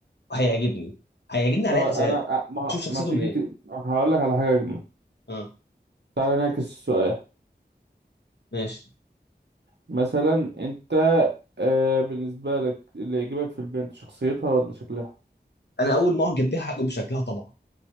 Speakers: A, on the left; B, on the right.
A: هيعجبني هيعجبني على
B: طب انا
A: اي اساس
B: ما
A: شوف شخصيته
B: ما تيجي
A: منين
B: ت... هقول لك على حاجه اجمل
A: اه
B: تعالى نعكس السؤال
A: ماشي
B: مثلا انت آه بالنسبه لك اللي يعجبك في البنت شخصيتها ولا شكلها
A: انا اول ما اعجب بيها هعجب بشكلها طبعا